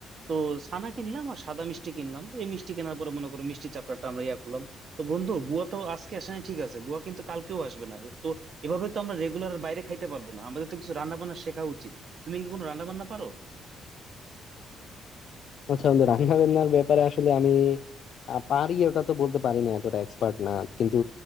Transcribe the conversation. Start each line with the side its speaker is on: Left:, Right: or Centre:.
Right: তো ছানা কিনলাম আর সাদা মিষ্টি কিনলাম এই মিষ্টি কেনার পরে মনে করো মিষ্টি চাপড়াটা আমরা ইয়া করলাম তো বন্ধু বুয়া তো আজকে আসে নাই ঠিক আছে বুয়া কিন্তু কালকেও আসবে না তো এভাবে তো আমরা রেগুলার বাইরে খাইতে পারবো না আমাদের তো কিছু রান্না বান্না শেখা উচিত তুমি কি কোনো রান্না বান্না পারো
Left: আচ্ছা বন্ধু রান্না বান্নার ব্যাপারে আসলে আমি আহ, পারি ওটা তো বলতে পারি না এতটা এক্সপার্ট না কিন্তু